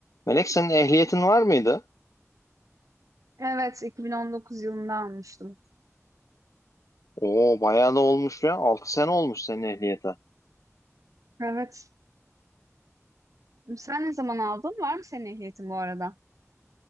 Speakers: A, on the left; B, on the right.
A: Melek senin ehliyetin var mıydı?
B: Evet, 2019 yılında almıştım.
A: Oo bayağı da olmuş ya. 6 sene olmuş senin ehliyete.
B: Evet. Sen ne zaman aldın? Var mı senin ehliyetin bu arada?